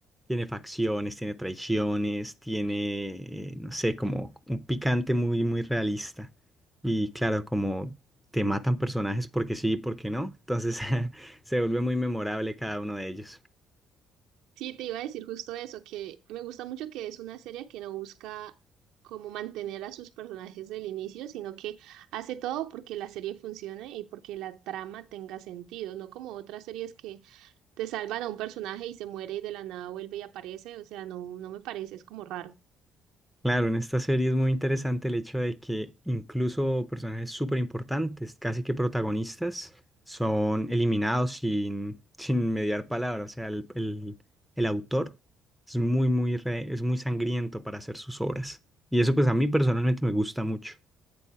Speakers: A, in the centre; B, on the right (about 80°).
A: tiene facciones, tiene traiciones, tiene, eh, no sé, como un picante muy, muy realista. Y claro, como te matan personajes porque sí y porque no, entonces <laughs> se vuelve muy memorable cada uno de ellos.
B: Sí, te iba a decir justo eso, que me gusta mucho que es una serie que no busca como mantener a sus personajes del inicio, sino que hace todo porque la serie funcione y porque la trama tenga sentido, no como otras series que te salvan a un personaje y se muere y de la nada vuelve y aparece, o sea, no, no me parece, es como raro.
A: Claro, en esta serie es muy interesante el hecho de que incluso personajes súper importantes, casi que protagonistas, son eliminados sin, sin mediar palabra. O sea, el, el- el autor es muy, muy, re- es muy sangriento para hacer sus obras. Y eso pues a mí personalmente me gusta mucho.